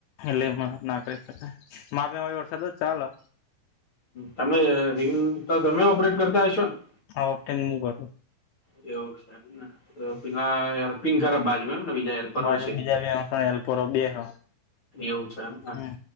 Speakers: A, on the left; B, on the left.
A: એટલે મા ના કરી શકાય, મામ વરસાદ ચાલો.
B: તમે રિંગ તો તમે ઓપરેટ કરતા હશો ને.
A: હા, ઓતેં મુ બરું.
B: એવું છે ને, તો પેલા યાર પિક કરફ બાજુને બીજા હેલ્પર
A: બાજુ
B: હોય છે
A: બીજા બેસલપોરો બે હ.
B: એવું છે એમને
A: હમ,